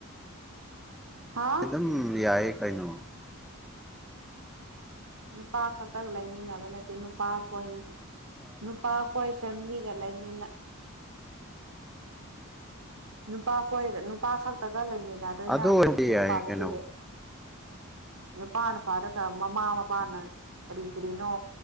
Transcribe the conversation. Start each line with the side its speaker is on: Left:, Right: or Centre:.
Right: ꯍꯥ
Centre: ꯑꯗꯨ ꯑꯗꯨꯝ ꯌꯥꯏꯌꯦ ꯀꯩꯅꯣ
Right: ꯅꯨꯄꯥ ꯈꯛꯇꯒ ꯂꯩꯃꯤꯟꯅꯕ ꯅꯠꯇꯦ ꯅꯨꯄꯥ ꯍꯣꯏ ꯅꯨꯄꯥ ꯈꯣꯏ ꯐꯦꯃꯤꯂꯤ ꯒ ꯂꯩꯃꯤꯟꯅ ꯅꯨꯄꯥ ꯈꯣꯏ ꯅꯨꯄꯥ ꯈꯛꯇꯒ ꯂꯩꯃꯤꯟꯅꯗꯣꯏꯅ
Centre: ꯑꯗꯨ
Right: ꯑꯗꯨꯝ
Centre: ꯑꯣꯏꯔꯗꯤ
Right: ꯌꯨꯝ
Centre: ꯌꯥꯏ
Right: ꯄꯥꯜꯂꯗꯤ
Centre: ꯀꯩꯅꯣ
Right: ꯅꯨꯄꯥꯅ ꯐꯔꯒ ꯃꯃꯥ ꯃꯄꯥꯅ ꯀꯔꯤ ꯀꯔꯤꯅꯣ